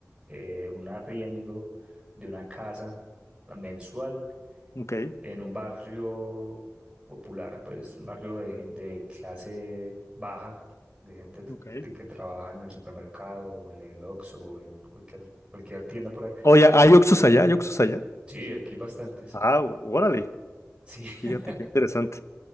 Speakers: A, on the right; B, on the left.
A: eh, un arriendo de una casa mensual.
B: Ok,
A: en un barrio popular, pues un barrio de gente de clase baja, de gente
B: ok.
A: de que trabaja en el supermercado o en el Oxxo o en cualquier, cualquier tienda por ahí.
B: Oye, ¿hay Oxxos allá? ¿Hay Oxxos allá?
A: Sí, aquí bastantes.
B: Ah, órale.
A: Sí,
B: Fíjate,
A: <laughs>
B: qué interesante.